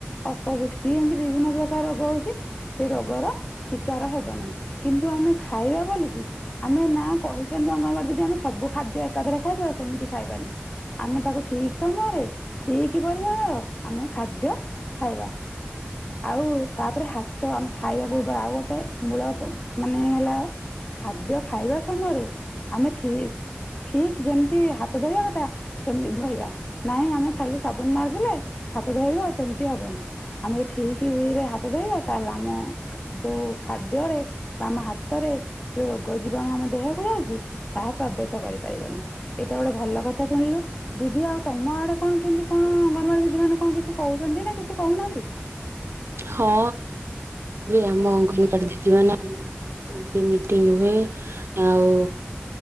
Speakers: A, on the left (about 30°); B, on the right (about 70°).
A: ଅପବୃଷ୍ଟି ଏମିତି ବିଭିନ୍ନ ପ୍ରକାର ରୋଗ ହଉଛି। ସେ ରୋଗର ଶିକାର ହେବନି କାରଣ କିନ୍ତୁ ଆମେ ଖାଇବା ବୋଲିକି ଆମେ ନା କହିଛନ୍ତି। ମଙ୍ଗଳବାର ଦିନ ସବୁ ଖାଦ୍ୟ ଏକାଧରେ ଖାଇଦବା ସେମିତି ଖାଇବାନି। ଆମେ ତାକୁ ଠିକ ସମୟରେ ଠିକ ପରିମାଣର ଆମ ଖାଦ୍ୟ ଖାଇବା ଆଉ ତାପରେ ହାତ ତ ଆମେ ଖାଇବାକୁ ବା ଆଉ ଗୋଟେ ମୂଳ ମାନେ ହେଲା। ଖାଦ୍ୟ ଖାଇବା ସମୟରେ ଆମେ ଠିକ୍ ଯେମିତି ହାତ ଧୋଇବା କଥା ସେମିତି ଧୋଇବା ନାଇଁ ଆମେ ଖାଲି ସାବୁନ ମାରିଦେଲେ ହାତ ଧୋଇଦବା ସେମିତି ହବନି, ଆମେ ଠିକ ରେ ହାତ ଧୋଇବା ତାହେଲେ ଆମ ଯୋଉ ଖାଦ୍ୟରେ ବା ଆମ ହାତରେ ଯୋଉ ରୋଗ ଜୀବାଣୁ ଆମ ଦେହକୁ ତାହା ପ୍ରବେଶ କରିପାରିବନି ଏଟା ଗୋଟେ ଭଲ କଥା ଶୁଣିଲୁ ଦିଦି ଆଉ ତମ ଆଡେ କଣ କେମିତି କଣ ଅଙ୍ଗନବାଡି ଦିଦି ମାନେ କଣ କିଛି କହୁଛନ୍ତି, ନା କିଛି କହୁନାହାନ୍ତି?
B: ହଁ ଏ ଆମ ଅଙ୍ଗନବାଡି ଦିଦି ମାନେ ସେମତି ମିଟିଂ ହୁଏ ଆଉ